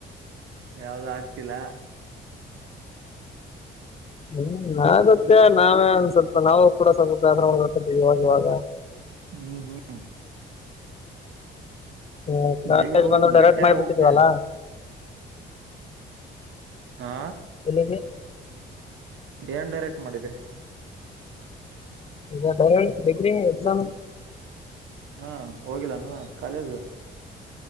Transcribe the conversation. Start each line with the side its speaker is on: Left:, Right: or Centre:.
Right: ಯಾವ್ದ ಆಗ್ತಿಲ್ಲ
Left: ಹ್ಮ ನಾಗುತ್ತೆ ನಾವೇ ಒಂದ ಸ್ವಲ್ಪ ನಾವು ಕೂಡ ಸ್ವಲ್ಪ ದಾಸ ಮಾಡತ ಇವಾಗ -ಇವಾಗ
Right: ಹ್ಮ - ಹ್ಮ
Left: ಹ್ಮ
Right: ಜಿಮ್ಮಿಗ್ ಹೋಗೋದ್
Left: ಬಂದು ಡೈರೆಕ್ಟ್
Right: ಬಿಟ್ಟೆ
Left: ಮಾಡಬಿಡ್ಟದ್ವಲ್ಲ
Right: ಹೋಗ್ತಾ ಇದೆ ಹಾ
Left: ಹ
Right: ಏನ್ ಡೈರೆಕ್ಟ್ ಮಾಡಿದ್ರಿ
Left: ಇ ಬ ಗ್ರಿ ಎಕ್ಸಾಮ್
Right: ಹಾ ಹೋಗಿಲ್ಲಾನ ಕಾಲೇಜ